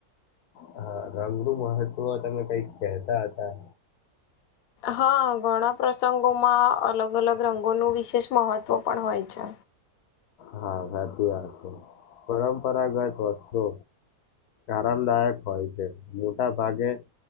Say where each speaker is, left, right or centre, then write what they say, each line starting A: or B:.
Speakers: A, on the left; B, on the left.
A: હા, રંગનું મહત્વ તમે કઈક કેતા હતા.
B: હા, ઘણા પ્રસંગોમાં અલગ અલગ રંગોનું વિશેષ મહત્વ પણ હોય છે.
A: હા, સાચી વાત છે પરંપરાગત વસ્તુ આરામદાયક હોય છે મોટા ભાગે